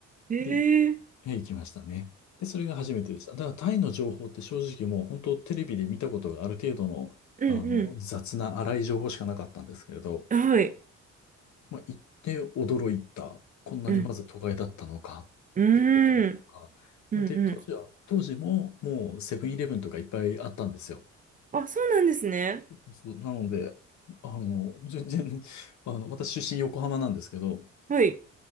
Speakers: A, on the right; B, on the left.
A: えー、
B: で、え、行きましたね。で、それが初めてです。だからタイの情報って正直もう本当テレビで見たことがある程度の、
A: うん
B: あの、雑な粗い情報しかなかったんですけれど、
A: うん。はい。
B: まあ、行って驚いた。こんなにまず都会だったのかっていうところとか。
A: うん。うーん。うんう
B: で、当時は、当時ももうセブンイレブンとかいっぱいあったんですよ。
A: ん。あ、そうなんですね。
B: そうなので、あの、全然、あの、私出身横浜なんですけど、
A: はい。